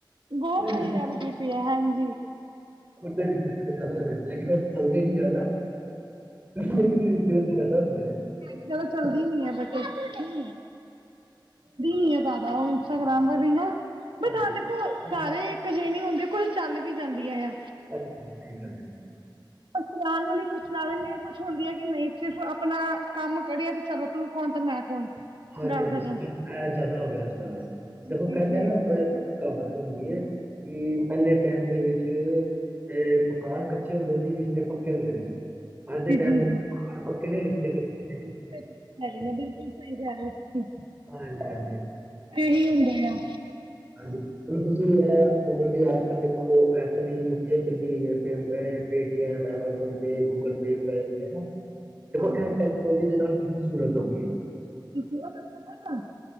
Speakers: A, on the right; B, on the right.
A: ਬਹੁਤ ਸਹੀ
B: ਰਿਸ਼ਤੇ
A: ਗੱਲ ਕੀਤੀ ਹੈ। ਹਾਂਜੀ
B: ਹੋ ਰਿਤੇ ਤੇ ਜ਼ਿਆਦਾ ਲੇਕਿਨਉਹ ਚੱਲਦੇ ਨਈ ਜ਼ਿਆਦਾ। ਲੇਕਿਨ ਰਿਸ਼ਤੇ ਉੱਥੇ ਜ਼ਿਆਦਾ ਹੋ ਰਹੇ ਨੇ।
A: ਚਦ ਚਲਦੀ ਨੀ ਹੈ ਬਟ ਚੱਲਦੀ ਨਹੀ ਏ ਉਹ ਇੰਸਟਾਗ੍ਰਾਮ ਵਾਲੀ ਹਵਾ਼ ਨਾ। ਬਟ
B: ਹਾਂਜੀ,
A: ਹਾਂ ਦੇਖੋ
B: ਹਾਂਜੀ,
A: ਸਾਰੇ ਇੱਕ ਜਿਏ ਨਹੀਂ ਹੁੰਦੇ ਕੋਲ ਚੱਲ ਵੀ ਜਾਂਦੀਆਂ ਆ।
B: ਸ ਸਹੀ ਗੱਲ ਐ ਜੀ।
A: ਪਰ ਚਉਣ ਵਾਲੀ ਕੁਛਲਾਣ ਦੀ ਕੁਛ ਹੁੰਦੀ ਹੈ ਕਿ ਨਹੀਂ ਸਿਰਫ ਆਪਣਾ ਕੰਮ ਕਡਿਆ, ਤੇ ਚਲੋ ਤੂੰ ਕੌਣ ਤੇ ਮੈਂ ਕੌਣ?
B: ਹਾਂਜੀ,
A: ਗੱਲ
B: ਹਾਂਜੀ
A: ਖਤਮ
B: ਜ਼ਿਆਦਾ ਹੋ ਗਿਆ ਇਸੇ ਦੇਖੋ
A: ਜੀ
B: ਕਹਿੰਦੇ
A: ਜੀ
B: ਨਾ ਅ ਕਾਵਤ ਹੁੰਦੀ ਏ ਕਿ ਪਹਿਲੇ ਟਾਈਮ ਦੇ ਵਿੱਚ ਇਹ ਮਕਾਨ ਕੱਚੇ ਹੁੰਦੇ ਸੀ, ਰਿਸ਼ਤੇ ਪੱਕੇ ਹੁੰਦੇ ਸੀ। ਅੱਜ ਦੇ
A: ਜੀ,
B: ਟਾਈਮ ਦੇ
A: ਜੀ,
B: ਵਿੱਚ ਮਕਾਨ ਪੱਕੇ ਨੇ, ਰਿਸ਼ਤੇ ਕੱਚੇ ਨੇ।
A: ਜੀਗੇ ਬਿਲਕੁਲ। ਸਹੀ ਕਹਿ ਰਹੇ ਓ ਤੁਸੀਂ।
B: ਹਾਂਜੀ, ਹਾਂਜੀ,
A: ਇਹੀ ਹੁੰਦੇ ਆ।
B: ਹਾਂਜੀ ਹੁਣ ਤੁਸੀਂ ਇਹ ਫੋਨ ਦੀ ਅੱਜ-ਕੱਲ ਦੇਖੋ ਐ ਚੱਲ ਯੂ, ਪੀ, ਆਈ ਚੱਲੀ ਹੈ pay Paytm, Amazon Pay, Google Pay ਵਗੈਰਾ। ਦੇਖੋ
A: ਹਾਂਜੀ
B: ਇਹ ਟੈਕਨੋਲੋਜੀ ਦੇ ਨਾਲ ਕਿੰਨੀ ਸਹੂਲਤ ਹੋ ਗਈ ਏ।
A: <inaudible> ਤੇ ਹੋਰ ਵੀ ਪੜਣਾ